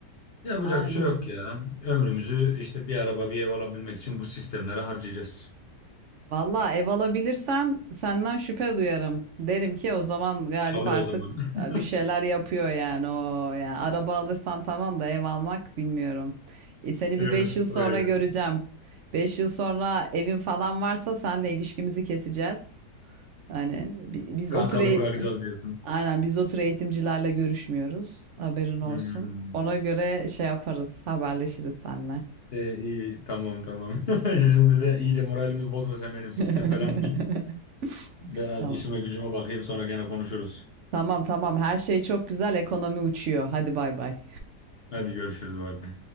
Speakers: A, on the left; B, on the right.
A: Yapacak
B: Aynen.
A: bir şey yok ya. Ömrümüzü işte bir araba bir ev alabilmek için bu sistemlere harcayacağız.
B: Valla ev alabilirsen senden şüphe duyarım. Derim ki o zaman Galip
A: Çalıyor
B: artık
A: o zaman. <laughs>
B: e, bir şeyler yapıyor yani o yani araba alırsan tamam da ev almak bilmiyorum. E, seni
A: Evet,
B: bir 5 yıl sonra
A: hayır.
B: göreceğim. beş yıl sonra evin falan varsa senle ilişkimizi keseceğiz. Hani bi- biz
A: Kankalığı
B: o tür e-
A: bırakacağız diyorsun.
B: aynen biz o tür eğitimcilerle görüşmüyoruz. Haberin olsun.
A: Hmm.
B: Ona göre şey yaparız, haberleşiriz senle
A: E, iyi tamam tamam. <laughs> Şimdi de iyice moralimi bozma sen benim sistem
B: <laughs>
A: falan değil. Ben az
B: Tamam.
A: işime gücüme bakayım sonra gene konuşuruz.
B: Tamam tamam her şey çok güzel ekonomi uçuyor. Hadi bay bay.
A: Hadi görüşürüz bay bay.